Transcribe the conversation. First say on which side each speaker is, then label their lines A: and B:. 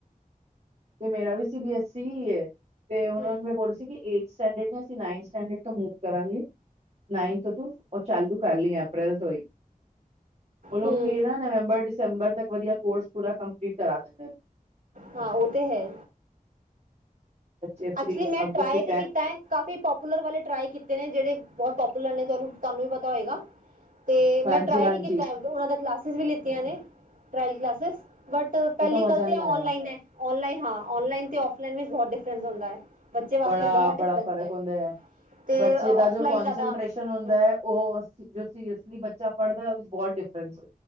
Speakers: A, on the right (about 45°); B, on the right (about 65°).
A: ਤੇ ਮੇਰਾ ਵੀ ਸੀ ਬੀ ਐੱਸ ਈ ਤੇ ਉਹਨਾਂ
B: ਹੂੰ
A: ਲ ਸੀ ਸਟਡਡ ਅਸੀਂਥ ਸਟੈਂਡਰਡ ਤੋਂ ਮੂਵ ਕਰਾਂਗੇ। ਨਾਈਨਥ ਤੂੰ ਉਹ ਚਾਲੂ ਕਰ ਲਈ ਆ ਅਪ੍ਰੈਲ ਤੋਂ ਹੀ ਉਹ ਲੋਕ
B: ਹੂੰ
A: ਨਾ ਨਵੰਬਰ- ਦਸੰਬਰ ਤੱਕ ਵਧੀਆ ਕੋਰਸ ਪੂਰਾ ਕੰਪਲੀਟ ਕਰਾ ਦਿੰਦੇ ਨੇ।
B: ਹਾਂ, ਉਹ ਤੇ ਹੈ।
A: ਬੱਚੇ
B: ਐਕਚੁਲੀ
A: ਫ੍ਰੀ
B: ਮੈਂ
A: ਅੱਗੋਂ
B: ਟਰਾਏ
A: ਫਿਰ
B: ਤੇ ਕੀਤਾ ਹੈ। ਕਾਫੀ ਪਾਪੂਲਰ ਵਾਲੇ ਟ ਕੀਤੇ ਨੇ ਜਿਹੜੇ ਬਹੁਤ ਪਾਪੂਲਰ ਨੇ ਤੁਹਾਨੂੰ ਵੀ ਪਤਾ ਹੋਏਗਾ। ਤੇ
A: ਹਾਂਜੀ
B: ਮੈਂ ਟ੍ਰ
A: ਹਾਂਜੀ
B: ਵੀ ਕੀਤਾ ਦਾ ਕਲਾਸ ਲਆਂ ਨੇ ਟ ਕਲਾਸ। ਬ ਪਹਿਲੀ
A: ਬਟ ਉਹ
B: ਗੱਲ
A: ਮਜ਼ਾ
B: ਤੇ
A: ਨਹੀਂ
B: ਔਨਲਾਈਨ
A: ਆਇਆ
B: ਹੈ। ਔਨਲਾਈਨ ਹਾਂ। ਔਨਲਾਈਨ ਤੇ ਔਫਲਾਈਨ ਵਿਚ ਬਹੁਤ ਡਿਫਰਨਸ ਹੁੰਦਾ। ਬੱਚੇ ਵਾਸਤੇ
A: ਬੜਾ-
B: ਬਹੁਤ ਡਿਫਰੈਂਸ
A: ਬੜਾ ਫਰਕ ਹੁੰਦਾ ਹੈ।
B: ਤੇ
A: ਬੱਚੇ
B: ਔਫਲਾਈਨ
A: ਦਾ ਜੋ ਕੋਂਸਟ੍ਰੇਸ਼ਨ
B: ਜ਼ਿਆਦਾ
A: ਹੁੰਦਾ
B: ਹਮ
A: ਹੈ। ਉਹ ਜੋ <unintelligible> ਸੀਰੀਸਲੀ ਬੱਚਾ ਪੜਦਾ ਉਹਦੇ ਬਹੁਤ ਡਿਫਰਸ